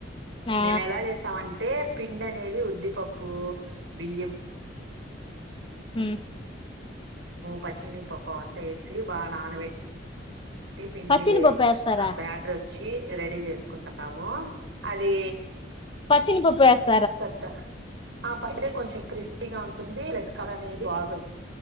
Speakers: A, on the left; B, on the right.
A: ఆ
B: మేము ఎలా చేసామంటే పిండి అనేది ఉద్దిపప్పు బియ్యం
A: ఉ
B: పచ్చని పప్పు అంతా వేసి బాగా నానబేట్ పిండి
A: పచ్చిని పప్పు వేస్తారా
B: ఆ బ్యాటర్ చ్చి రెడీ చేసుకుంటాము అది
A: పచ్చిని పప్పు వేస్త
B: సట్ట ఆ పచ్చే కొంచెం క్రిస్పీగా ఉంటుంది ప్లస్ కలర్ అనేది బాగ వస్తుం